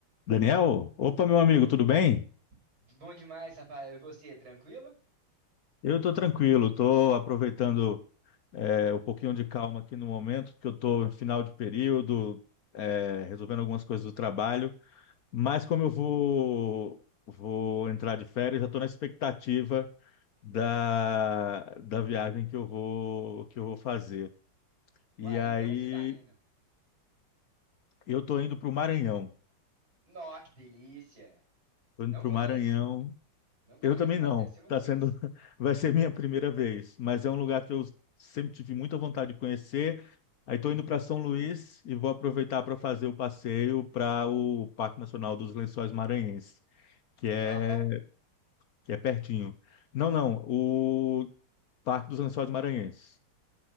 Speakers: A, on the left (about 60°); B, on the right (about 85°).
A: Daniel, opa, meu amigo,
B: Pô,
A: tudo bem?
B: Bom demais, Rafael. E você, tranquilo?
A: Eu estou tranquilo, estou aproveitando é, um pouquinho de calma aqui no momento, porque eu estou em final de período, é, resolvendo algumas coisas do trabalho, mas como eu vou, vou entrar de férias, já estou na expectativa da, da viagem que eu vou, que eu vou fazer. E
B: Uai,
A: aí
B: e pra onde você tá indo?
A: eu estou indo para o Maranhão,
B: Nó, que delícia!
A: estou indo
B: Não
A: para
B: conheço,
A: o Maranhão
B: não conheço,
A: Eu também
B: mas
A: não.
B: deve ser uma
A: Tá
B: delícia.
A: sendo, <laughs> vai ser minha primeira vez, mas é um lugar que eu sempre tive muita vontade de conhecer. Aí estou indo para São Luís e vou aproveitar para fazer o passeio para o Parque Nacional dos Lençóis Maranhenses, que é
B: Jalapão?
A: que é pertinho. Não, não, o Parque dos Lençóis Maranhenses.